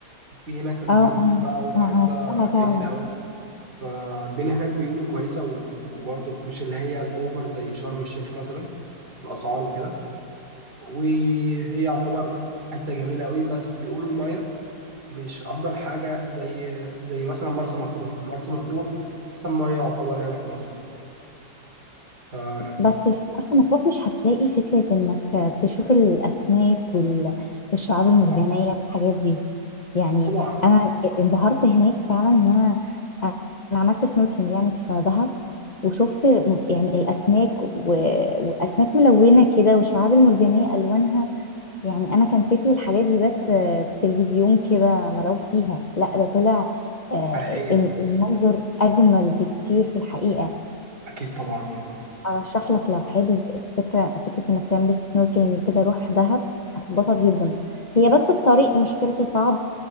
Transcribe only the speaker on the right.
وفي هناك البلو
هول
بقى وحته
جميله
قوي فالدنيا هناك بيقولوا كويسه و... وبرضه مش اللي هي الاوفر زي شرم الشيخ مثلا الاسعار وكده وهي يعتبر حته جميله قوي بس بيقولوا المايه مش افضل حاجه زي زي مثلا مرسى مطروح مرسى مطروح احسن مايه يعتبر يعني في مصر ف- آه
طبعا
طبعا
حقيقيه
اكيد طبعا يعني